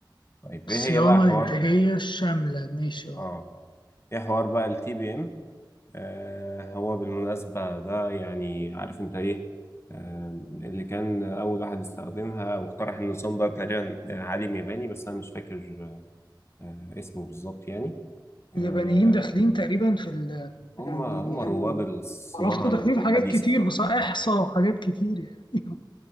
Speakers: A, on the left; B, on the left.
A: طيب
B: الصيانة
A: ايه هي بقى حوار
B: الإنتاجية الشاملة ماشي أه
A: اه ايه حوار بقى التي بي ام آه، هو بالمناسبة ده يعني عارف انت ايه آه، اللي كان أول واحد استخدمها واقترح النظام ده تقريبا آه، عالم ياباني بس أنا مش فاكر آه، اسمه بالظبط يعني آه،
B: اليابانيين داخلين تقريبا في ال...
A: هم
B: يعني
A: هم
B: اللي
A: رواد
B: أنا
A: الصناعة
B: عرفته داخلين
A: الحديثة
B: في حاجات كتير بصراحة إحصاء وحاجات كتير يعني <laughs>